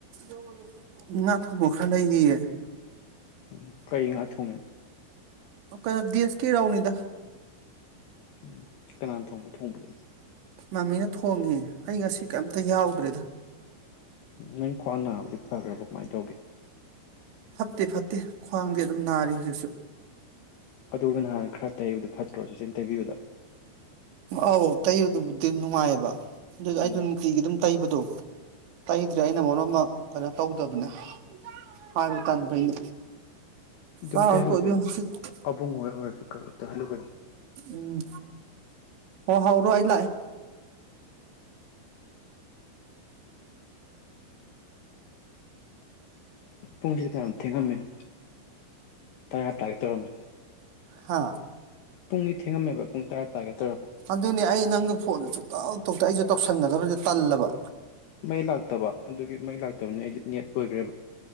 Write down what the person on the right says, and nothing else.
ꯑꯣ ꯉꯅꯥ ꯊ ꯃꯈ ꯈ ꯂꯩꯌꯦ
ꯑꯣ ꯀꯣꯏ ꯁꯀꯤꯦꯔꯥꯎꯅꯤꯗ
ꯃꯃꯤꯅ ꯊꯣꯡꯉꯦ ꯑꯩ ꯉꯁꯤ ꯀꯩꯝꯇ ꯌꯥꯎꯗ꯭ꯔꯦꯗ
ꯐꯠꯇꯦ ꯐꯠꯇꯦ ꯈ꯭ꯋꯥꯡꯗꯤ ꯑꯗꯨꯝ ꯅꯥꯔꯤ ꯍꯧꯖꯤꯛꯁꯨ
ꯑ ꯇꯣ ꯑꯗꯨꯕꯨꯗꯤ ꯅꯨꯡꯉꯥꯏꯌꯦꯕ ꯑꯗꯨ
ꯑꯩꯗꯣ ꯅꯨꯡꯇꯤꯒꯤ ꯑꯗꯨꯝ ꯇꯩꯕꯗꯣ ꯇꯩꯗ꯭ꯔꯦ ꯑꯩꯅ ꯃꯔꯝ ꯑꯃ ꯀꯩꯅꯣ ꯇꯧꯗꯕꯅꯦ ꯍꯥꯏꯕ ꯇꯗꯅꯦ
ꯇꯥ
ꯇ
ꯎꯝ ꯍꯣ ꯍꯥꯎꯔꯣ ꯑꯩ ꯂꯥꯛꯑꯦ
ꯍꯥ
ꯑꯗꯨꯅꯤ ꯑꯩ ꯅꯪꯗ ꯐꯣꯟꯁꯨ ꯇ ꯇꯣꯛꯇ ꯑꯩꯁꯨ ꯇꯧꯁꯟꯒꯗꯕꯁꯤꯗ ꯇꯜꯂꯕ